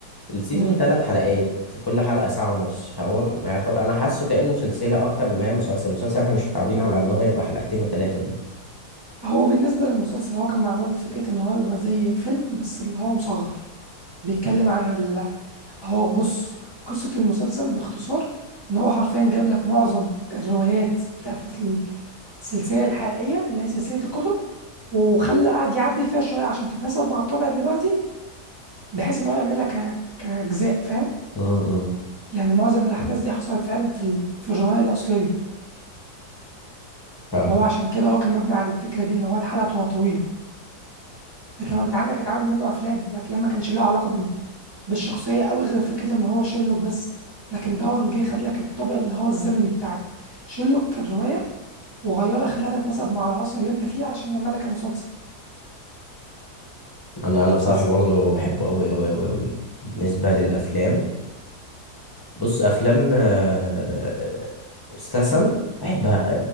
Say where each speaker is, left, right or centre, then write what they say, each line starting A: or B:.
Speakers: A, on the left; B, on the right.
A: السيزون
B: مم.
A: ثلاث حلقات كل حلقة ساعة ونص فهو يعتبر أنا حاسه كأنه سلسلة أكتر ما هي مسلسل مسلسل إحنا مش متعودين على إن هو يبقى حلقتين وتلاتة دي
B: هو بالنسبة للمسلسل هو كان معمول فكرة إن هو يبقى زي فيلم بس اللي هو مصغر بيتكلم عن هو بص قصة المسلسل باختصار إن هو حرفيا جاب لك معظم الروايات بتاعت السلسلة الحقيقية اللي هي سلسلة الكتب وخلى قعد يعدل فيها شوية عشان تتناسب مع الطبع دلوقتي بحيث إن هو يعملها ك- كأجزاء فاهم
A: امم
B: يعني معظم الأحداث دي حصلت فعلا في ال... في الرواية الأصلية
A: فاهم
B: فهو عشان كده هو كان مبني على الفكرة دي إن هو الحلقة تبقى طويلة لكن انت عندك اتعمل منه افلام الافلام ما كانش لها علاقه بال... بالشخصيه قوي غير فكره ان هو شيرلوك بس لكن دون جه خد لك الطابع اللي هو الزمني بتاع شيرلوك كروايه وغيرها خلاها تتناسب مع العصر اللي انت فيه عشان يعملها كمسلسل
A: أنا أنا بصراحة
B: بس
A: برضه بحبه أوي أوي أوي أوي بالنسبة للأفلام بص أفلام آه، استسم بحبها